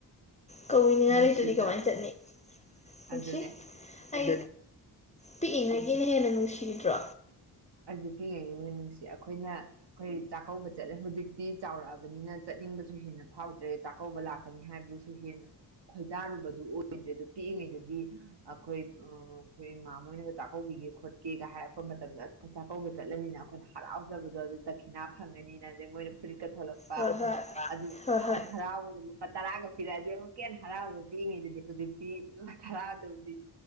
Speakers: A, on the left; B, on the right.
A: ꯀꯧꯏꯅꯤꯡꯉꯥꯏ
B: ꯅꯨꯡꯁꯤꯗ꯭ꯔꯥ
A: ꯂꯩꯇꯗꯤ ꯀꯃꯥꯏꯅ ꯆꯠꯅꯤ <unintelligible> ꯅꯨꯡꯁꯤ
B: ꯑꯗꯨꯅꯦ
A: ꯑꯩ ꯄꯤꯛꯏꯉꯩꯒꯤꯅ ꯍꯦꯟꯅ ꯅꯨꯡꯁꯤꯗ꯭ꯔꯣ
B: ꯑꯗꯨ ꯄꯤꯛꯏꯉꯩꯒꯤꯅ ꯅꯨꯡꯁꯤ ꯑꯩꯈꯣꯏꯅ ꯑꯩꯈꯣꯏ ꯆꯥꯛꯀꯧꯕ ꯆꯠꯂꯦ ꯍꯧꯖꯤꯛꯇꯤ ꯆꯥꯎꯔꯛꯑꯕꯅꯤꯅꯥ ꯆꯠꯅꯤꯡꯕꯁꯨ ꯍꯦꯟꯅꯥ ꯐꯥꯎꯗ꯭ꯔꯦ꯫ ꯆꯥꯛꯀꯧꯕ ꯂꯥꯛꯀꯅꯤ ꯍꯥꯏꯕꯗꯨꯁꯨ ꯍꯦꯟꯅ ꯈꯣꯏꯗꯥꯔꯨꯕꯗꯨ ꯑꯣꯏꯗ꯭ꯔꯦ ꯑꯗꯨꯗ ꯄꯤꯛꯏꯉꯩꯗꯨꯗꯤ ꯑꯩꯈꯣꯏ ꯎ ꯑꯩꯈꯣꯏ ꯏꯃ ꯃꯣꯏꯅꯒ ꯆꯥꯛꯀꯧꯕꯤꯒꯦ ꯈꯣꯠꯀꯦꯒ ꯍꯥꯏꯔꯛꯄ ꯃꯇꯝꯗ ꯆꯥꯛꯀ ꯆꯠꯂꯅꯤꯅ ꯑꯩꯈꯣꯏꯅ ꯍꯔꯥꯎꯖꯕꯗꯣ ꯑꯗꯨꯗꯩ ꯗꯈꯤꯅꯥ ꯐꯪꯉꯅꯤꯅ ꯑꯗꯩ ꯃꯣꯏꯅ ꯐꯨꯔꯤꯀꯠ ꯊꯣꯛꯂꯛꯄ
A: ꯍꯣꯏ ꯍꯣꯏ
B: ꯑꯗꯨ
A: ꯍꯣꯏ
B: ꯌꯥꯝ
A: ꯍꯣꯏ
B: ꯍꯔꯥꯎ ꯂꯨꯄꯥ ꯇꯔꯥꯒ ꯄꯤꯔꯛꯑꯗꯤ ꯑꯃꯨꯛ ꯀꯦꯟꯅ ꯍꯔꯥꯎꯕꯒ ꯄꯤꯉꯤꯗꯨꯗꯤ ꯍꯧꯖꯤꯛꯇꯤ ꯂꯨꯄꯥ ꯊꯔꯥꯗꯧꯗꯤ